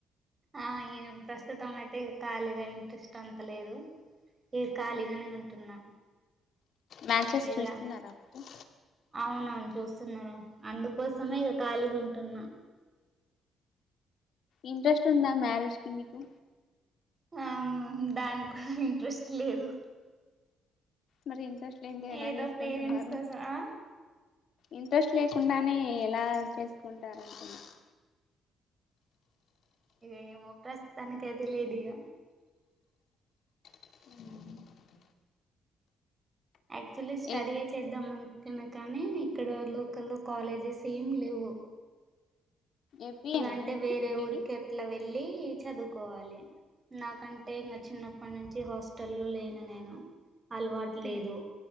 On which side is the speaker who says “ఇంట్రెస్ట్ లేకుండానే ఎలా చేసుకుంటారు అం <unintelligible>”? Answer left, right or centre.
Left